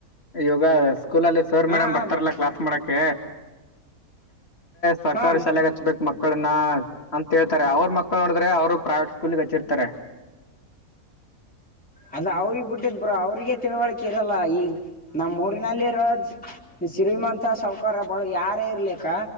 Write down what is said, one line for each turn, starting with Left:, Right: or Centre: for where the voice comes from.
Left: ಇವಾಗ. ಸ್ಕೂಲ ಅಲ್ಲಿ ಸರ್
Centre: ಹಾ
Left: ಮೇಡಮ್
Centre: ಹಾ
Left: ಬರ್ತಾರಲ್ಲ
Centre: ಬ್ರೋ
Left: ಕ್ಲಾಸ್ ಮಾಡಕ್ಕೆೆ. ಸರ್ಕಾರಿ
Centre: ಹಾ
Left: ಶಾಲೆಗೆ ಅಚ್ಚಬೇಕು ಮಕ್ಕಳನ್ನ ಅಂತ ಹೇಳ್ತಾರೆ ಅವ್ರ ಮಕ್. ಅವರು ನೋಡಿದ್ರೆ ಪ್ರೈವೇಟ್ ಸ್ಕೂಲ್ಗೆ ಹಚ್ಚಿರ್ತಾರೆ.
Centre: ಅದ ಅವ್ರಿಗ್ ಬಿಟ್ಟಿದ್ ಬ್ರೋ ಅವ್ರಿಗೆ ತಿಳುವಳಿಕೆ ಇರಲ್ಲ ಈ ನಮ್ಮ್ ಊರಿನಲ್ಲಿರೋ. ಶ್ರೀಮಂತ ಸಾವುಕಾರ ಯಾರೇ ಇರ್ಲಿಕ್ಕ.